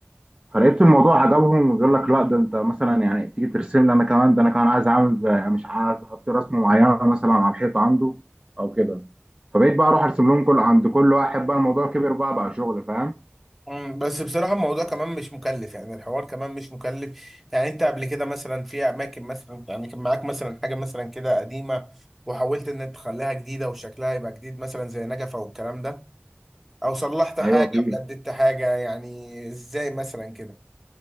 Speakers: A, on the right (about 20°); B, in the centre.
A: فلقيت الموضوع عجبهم يقول لك لا ده انت مثلا يعني تيجي ترسم لي انا كمان ده انا كمان عايز اعمل ب- مش عايز احط رسمه معينه مثلا على الحيطه عنده او كده فبقيت بقى اروح ارسم لهم كل عند كل واحد بقى الموضوع كبر بقى بقى شغل فاهم
B: مم، بس بصراحة الموضوع كمان مش مكلف يعني الحوار كمان مش مكلف يعني انت قبل كده مثلا في اماكن مثلا يعني كان معاك مثلا حاجة مثلا كده قديمة وحاولت ان انت تخليها جديدة وشكلها يبقى جديد مثلا زي نجفة والكلام ده او صلحت حاجة
A: ايوه في
B: وجددت حاجة يعني ازاي مثلا كده